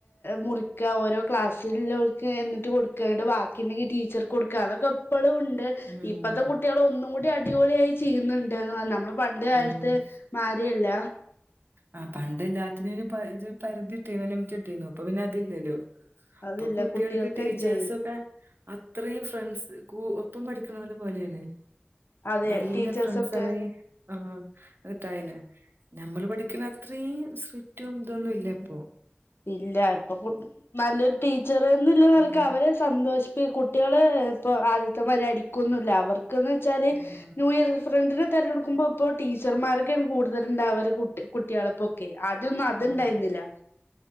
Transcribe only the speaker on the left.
മുറിക്കാ. ഓരോ ക്ലാസ്സില് ല്ലോൽക്ക് എന്നിട്ട് കൊടുക്കാ. ഇന്നട്ട് ബാക്കി ഉണ്ടെങ്കിൽ ടീച്ചർക്ക് കൊടുക്കാ. അതൊക്കെ പ്പളും ഉണ്ട്.
ഇപ്പത്തെ കുട്ടിയേള് ഒന്നും കു ടി അടിപൊളിയായി ചെയ്യുന്നുണ്ട്. <unintelligible> നമ്മളും പണ്ട് കാലത്ത്
മായ്രിയല്ല.
അതില്ല
കുട്ടികൾക്ക്
എൻജോയ് ചെയ്യാം.
അതെ
ടീച്ചേഴ്സൊക്കെ
ഇല്ല. ഇപ്പൊ കു നല്ലൊരു ടീച്ചറ് ന്ന്ല്ല നെലക്ക്
അവരെ സന്തോഷിപ്പി കു ട്ട്യള് ഇപ്പോ ആദ്യത്തെ മാതിരി അടിക്കൊന്നുല്ല അവ ർക്ക് ന്നെച്ചാല്
ന്യൂ ഇയർ ഫ്രണ്ടിനെ തിരഞ്ഞെടുക്കുമ്പോ ഇപ്പോ ടീച്ചർമാരൊക്കെണ് കൂടുതരുണ്ടാവല് കുട്ടി കുട്ട്യാളൊപ്പൊക്കെ ആദ്യൊന്നും അത്ണ്ടായിരുന്നില്ല.